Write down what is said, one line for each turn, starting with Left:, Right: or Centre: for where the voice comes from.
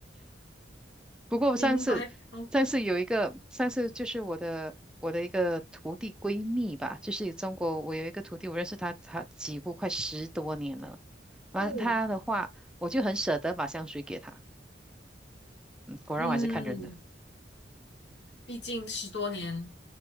Centre: 不过我上次，
Left: 明白，好
Centre: 上次有一个，上次就是我的我的一个徒弟闺蜜吧，就是中国，我有一个徒弟，我认识她，她几乎快十多年了。完了她的话，
Left: 酷，
Centre: 我就很舍得把香水给她。嗯，果然我还是看人的。
Left: 嗯，毕竟十多年